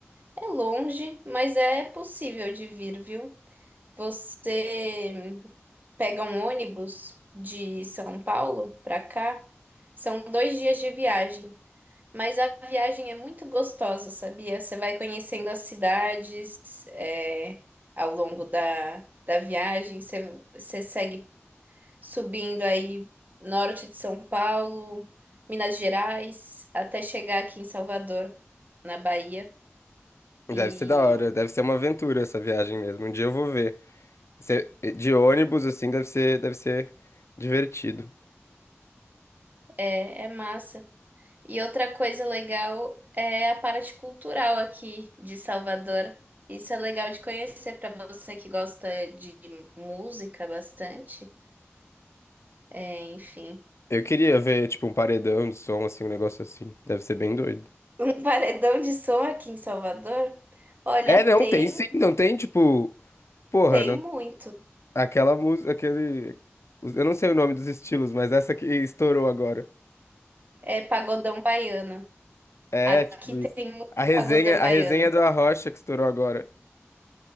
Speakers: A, on the right; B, on the left.
A: é longe, mas é possível de vir, viu? Você pega um ônibus de São Paulo para cá, são dois dias de viagem. Mas a viagem é muito gostosa, sabia? Você vai conhecendo as cidades, é, ao longo da, da viagem, você, você segue subindo aí norte de São Paulo, Minas Gerais, até chegar aqui em Salvador, na Bahia. E
B: Deve ser da hora. Deve ser uma aventura essa viagem mesmo. Um dia eu vou ver. Se- De ônibus, assim, deve ser, deve ser divertido.
A: é, é massa. E outra coisa legal é a parte cultural aqui de Salvador. Isso é legal de conhecer para você que gosta de música bastante. É, enfim,
B: Eu queria ver, tipo, um paredão de som, assim, um negócio assim. Deve ser bem doido.
A: <laughs> um paredão de som aqui em Salvador, olha,
B: É, não,
A: tem,
B: tem sim. Não tem, tipo... Porra,
A: tem
B: não.
A: muito.
B: Aquela música, aquele. os- Eu não sei o nome dos estilos, mas essa que estourou agora.
A: É pagodão baiano.
B: É,
A: Aqui
B: tipo isso.
A: tem muito
B: A resenha,
A: pagodão
B: a
A: baiano.
B: resenha do Arrocha que estourou agora.